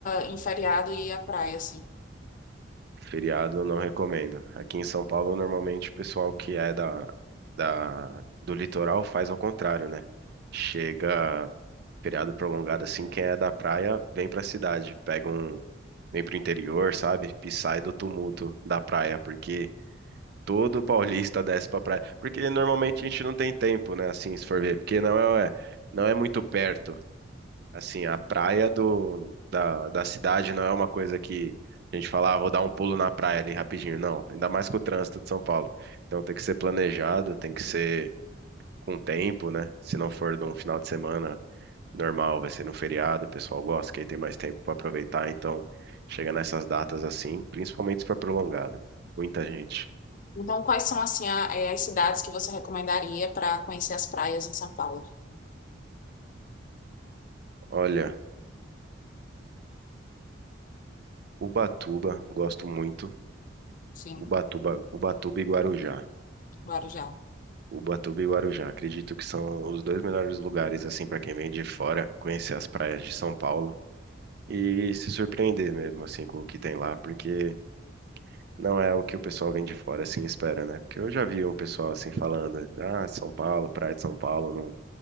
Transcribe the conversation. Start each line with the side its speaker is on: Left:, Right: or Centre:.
Left: em feriado ir à praia, assim.
Right: Feriado eu não recomendo. Aqui em São Paulo, normalmente o pessoal que é da, da, do litoral faz ao contrário, né? Chega feriado prolongado assim, quem é da praia vem pra cidade, pega um, vem pro interior, sabe? E sai do tumulto da praia, porque todo paulista <laughs> desce pra praia. Porque normalmente a gente não tem tempo, né? Assim, se for ver, porque não é, é, não é muito perto. Assim, a praia do, da, da cidade não é uma coisa que a gente fala, ah, vou dar um pulo na praia ali rapidinho. Não, ainda mais com o trânsito de São Paulo. Então tem que ser planejado, tem que ser com tempo, né? Se não for de um final de semana normal, vai ser no feriado, o pessoal gosta, que aí tem mais tempo para aproveitar, então chega nessas datas assim, principalmente se for prolongado. Muita gente.
Left: Então, quais são assim a- eh, as cidades que você recomendaria para conhecer as praias em São Paulo?
Right: Olha, Ubatuba, gosto muito.
Left: Sim,
Right: Ubatuba, Ubatuba e Guarujá.
Left: Guarujá.
Right: Ubatuba e Guarujá, acredito que são os dois melhores lugares assim para quem vem de fora conhecer as praias de São Paulo e se surpreender mesmo assim com o que tem lá, porque não é o que o pessoal vem de fora assim espera, né? Porque eu já vi um pessoal assim falando, ah, São Paulo, praia de São Paulo,